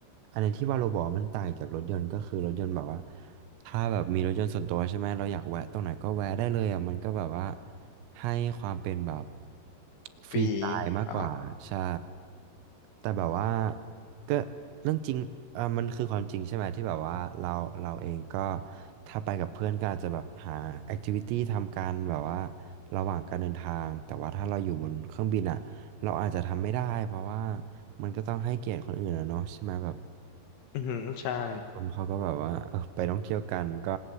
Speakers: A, on the right; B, on the left.
A: อันนี้ที่ว่าโรบอทมันต่างจากรถยนต์ก็คือรถยนต์แบบว่า ถ้าแบบมีรถยนต์ส่วนตัวใช่ไหมเราอยากแวะตรงไหนก็แวะได้เลยอ่ะมันก็แบบว่าให้ความเป็นแบบฟรีสไตล์มากกว่าใช่
B: ปีเนาะ
A: แต่แบบว่าก็เรื่องจริงเออมันคือความจริงใช่ไหมที่แบบว่าเราเราเองก็ถ้าไปกับเพื่อนก็อาจจะแบบหาแอคทิวิตี้ทำกันแบบว่าระหว่างการเดินทางแต่ว่าถ้าเราอยู่บนเครื่องบินอ่ะเราอาจจะทำไม่ได้เพราะว่ามันก็ต้องให้เกียรติคนอื่นอะเนาะใช่ไหมแบบ
B: อือฮึใช่
A: คนเขาก็แบบว่าเออไปท่องเที่ยวกันก็